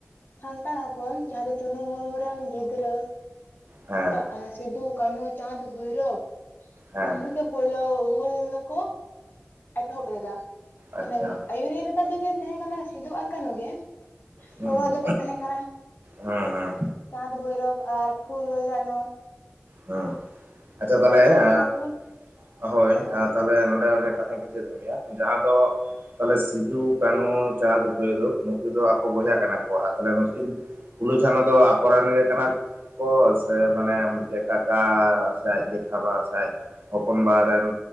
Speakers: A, on the left (about 50°); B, on the right (about 55°).
A: ᱥᱟᱱᱛᱟᱲ ᱦᱚᱯᱚᱱ ᱡᱟᱦᱟᱸ ᱫᱚ ᱪᱩᱱᱩ ᱢᱩᱨᱢᱩ ᱨᱮᱱ ᱜᱤᱫᱽᱨᱟᱹ,
B: ᱦᱮᱸ
A: ᱪᱟᱜ ᱮᱸ ᱥᱤᱫᱩ, ᱠᱟᱹᱱᱦᱩ ᱪᱟᱸᱫᱽ ᱵᱷᱳᱭᱨᱚᱵᱽ,
B: ᱦᱮᱸ
A: ᱩᱱᱠᱩ ᱜᱮᱯ ᱯᱩᱭᱞᱳ ᱦᱩᱞ ᱫᱚ ᱠᱚᱣᱟ ᱮᱛᱚᱦᱚᱵ ᱞᱮᱫᱟ,
B: ᱟᱪᱪᱷᱟ
A: ᱢᱮᱱᱮᱢ ᱟᱹᱭᱩᱨᱤᱭᱟᱹ ᱞᱮᱠᱟ ᱛᱮᱫᱚ ᱠᱤᱱ ᱛᱟᱦᱮᱸ ᱠᱟᱱᱟ, ᱥᱤᱫᱩ ᱟᱨ ᱠᱟᱹᱱᱦᱩ ᱜᱮ,
B: ᱦᱩᱸ
A: ᱜᱚᱲᱚ
B: ᱦᱩᱸ
A: ᱫᱚᱠᱚ ᱛᱟᱦᱮᱸ ᱠᱟᱱᱟ
B: ᱦᱩᱸ ᱦᱩᱸ
A: ᱪᱟᱸᱫᱽ, ᱵᱷᱳᱭᱨᱚᱵᱽ ᱟᱨ ᱯᱷᱩᱞᱳ, ᱡᱷᱟᱱᱚ
B: ᱦᱚᱸ, ᱟᱪᱪᱷᱟ
A: ᱢᱟᱱᱮ
B: ᱛᱟᱦᱮᱞᱮ,
A: ᱩᱱᱠᱤᱱᱟᱜ
B: ᱭᱟᱹ
A: ᱦᱩᱞ
B: ᱦᱳᱭ,
A: ᱦᱮᱸ ᱞᱟᱹᱭ
B: ᱟᱨ
A: ᱢᱮ
B: ᱛᱟᱦᱮᱞᱮ ᱱᱚᱰᱮ ᱚᱸᱰᱮ ᱠᱟᱛᱷᱟ ᱦᱚᱸᱠᱚ ᱪᱮᱫᱚᱜ ᱜᱮᱭᱟ, ᱡᱟᱦᱟᱸ ᱫᱚ ᱛᱟᱦᱚᱞᱮ ᱥᱤᱫᱩ, ᱠᱟᱹᱱᱦᱩ, ᱪᱟᱸᱫᱽ, ᱵᱷᱳᱭᱨᱳᱵᱽ ᱱᱩᱠᱩ ᱫᱚ ᱟᱠᱚ ᱵᱚᱭᱦᱟ ᱠᱟᱱᱟ ᱠᱚ ᱟᱨ ᱛᱟᱦᱚᱞᱮ ᱱᱩᱠᱤᱱ ᱯᱷᱩᱞᱳᱼᱡᱷᱟᱱᱚ ᱫᱚ ᱟᱠᱚ ᱨᱮᱱ ᱜᱮ ᱠᱟᱱᱟ ᱠᱚ, ᱥᱮ ᱢᱟᱱᱮᱻᱢ ᱡᱮ ᱠᱟᱠᱟ ᱥᱮ ᱟᱡ ᱡᱮᱴᱷᱟ ᱵᱟ ᱥᱮ ᱟᱡ ᱦᱚᱯᱚᱱ ᱵᱟ ᱨᱮᱱ,